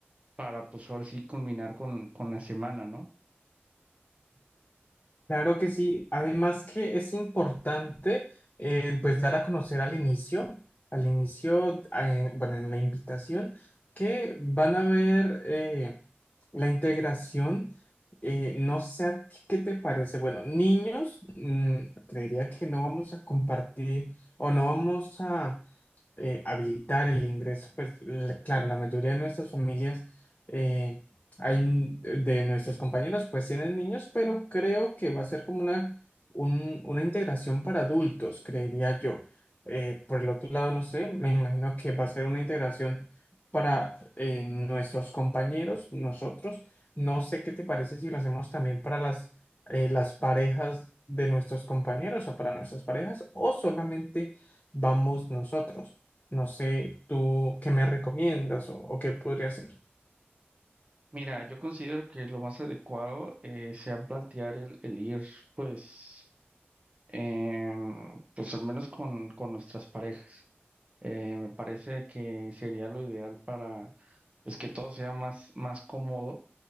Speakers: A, on the right (about 30°); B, on the left (about 35°).
A: para pues ahora sí culminar con, con la semana, ¿no?
B: Claro que sí. Además que es importante eh, pues dar a conocer al inicio, al inicio, eh, bueno, en la invitación, que van a ver eh, la integración. eh, no sé a ti qué te parece. Bueno, niños, mm, creería que no vamos a compartir o no vamos a eh, habilitar el ingreso. Pues l- claro, la mayoría de nuestras familias, eh, hay, n- de nuestros compañeros, pues tienen niños, pero creo que va a ser como una, un- una integración para adultos, creería yo. Eh, por el otro lado, no sé, me imagino que va a ser una integración para eh, nuestros compañeros, nosotros. No sé qué te parece si lo hacemos también para las, eh, las parejas de nuestros compañeros o para nuestras parejas o solamente vamos nosotros. No sé, tú qué me recomiendas o, o qué podría hacer.
A: Mira, yo considero que lo más adecuado eh, sea plantear el, el ir, pues em, pues al menos con, con nuestras parejas. Eh, me parece que sería lo ideal para pues que todo sea más, más cómodo,